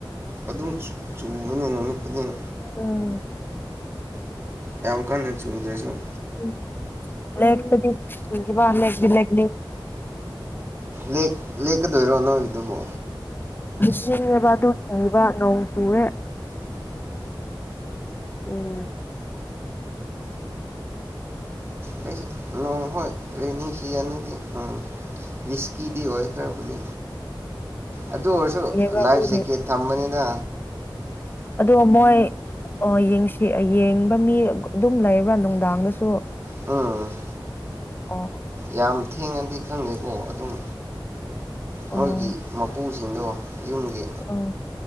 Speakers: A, on the right (about 30°); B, on the left (about 25°).
A: ꯑꯗꯨꯝ ꯆꯨ ꯆꯨꯕꯅꯤ ꯅꯨꯃꯤꯠ ꯈꯨꯗꯤꯡ
B: ꯎꯝ
A: ꯌꯥꯝ ꯀꯟꯅ ꯆꯨꯗ꯭ꯔꯁꯨ
B: ꯎꯝ ꯂꯦꯄꯗꯤ ꯀꯨꯏꯈꯔ꯭ꯦꯕꯥ ꯂꯦꯛꯇꯤꯂꯦꯛ <unintelligible>
A: ꯂꯦꯛ ꯂꯦꯛꯀꯗꯣꯏꯔꯣ ꯅꯣꯏꯗꯨꯕꯣ
B: ꯍꯩꯁꯤꯜꯂꯥꯕꯥ ꯑꯗꯨ ꯀꯤꯕꯥ ꯅꯣꯡ ꯆꯨꯨꯔꯦ <unintelligible> ꯎꯝ
A: ꯑꯩꯁꯤ ꯅꯣꯡꯍꯣꯏ ꯔꯦꯅꯤ ꯁꯤꯖꯟꯅꯦꯗꯤ ꯎꯃ <unintelligible> ꯔꯤꯁꯀꯤꯗꯤ ꯑꯣꯏ ꯈꯔꯕꯨꯗꯤ ꯑꯗꯨ ꯑꯣꯏꯔꯁꯨ
B: ꯌꯦꯕ
A: ꯂꯥꯏꯐ
B: ꯑꯗꯨꯒꯤ
A: ꯖꯦꯛꯀꯦꯠ ꯊꯝꯕꯅꯤꯗ
B: ꯑꯗꯣ ꯃꯣꯏ ꯑꯣ ꯌꯦꯡꯁꯤ ꯌꯦꯡꯕ ꯃꯤ ꯒꯥ ꯗꯨꯝ ꯂꯩꯕ꯭ꯔꯥ ꯅꯨꯡꯗꯥꯡꯗꯁꯨ
A: ꯎꯝ
B: ꯑꯣ
A: ꯌꯥꯝ ꯊꯦꯡꯉꯥꯗꯤ ꯈꯪꯗꯦꯀꯣ ꯑꯗꯨꯝ
B: ꯑꯣ
A: ꯃꯣꯏꯒꯤ ꯃꯄꯨꯁꯤꯡꯗꯣ ꯌꯨꯝꯒꯤ
B: ꯑꯣ